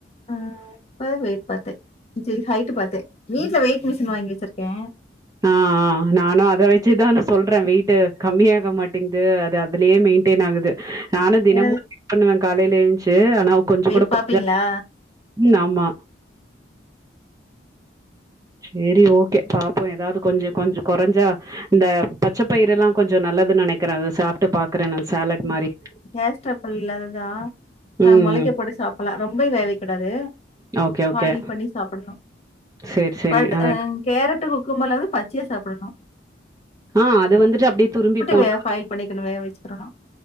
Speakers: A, on the left; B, on the right.
A: ஆ இப்ப தான் வெயிட் பார்த்தேன் சரி ஹைட் பா்த்தேன் வீடல வெயிட் மெஷின் வாங்கி வெச்சிருக்கே
B: ஆ, ஆ நானு அத வெச்சுதா நா சொல்ற வெயிட் கம்மியாக மாட்டேங்குது அது அதுலேயே மெயின்டென் ஆகுது நானு தினமு
A: என்னது
B: செக் பண்ணுவே காலைல எழுந்ச்சு நா கொஞ்ச
A: வெயிட்
B: கூட <inaudible>
A: பாப்பீங்களா?
B: ம் ஆமா சேரி ஓகே பாப்போ எதாவது கொஞ்ச கொஞ்ச கொறஞ்சா இந்த பச்ச பயிரெல்லா கொஞ்ச நல் துன் நெனைக்கிற அத சாப்ட்டு பாக்குற நான் சாலட்
A: ஆ
B: மாரி.
A: கேஸ் ட்ரபிள் இல்லதுதா அ
B: ம்.
A: மொளைக்க போட்டு சாப் பலா ரொம்ப வேக வைக் கூடாது
B: ஓகே, ஓகே.
A: பாயில் பண்ணி சாப்படலா
B: சரி, சரி.
A: அ அது
B: அத
A: கேரட்டுக்கு ம்மல வந்து பச்சையா சாப்பிடணு
B: ஆ அது வந்துட்டு அப்டியே துரும்பி போட்
A: வே ஃபாயில் பண்ணிக்கணும் வேக வச்சுக்கிறணும்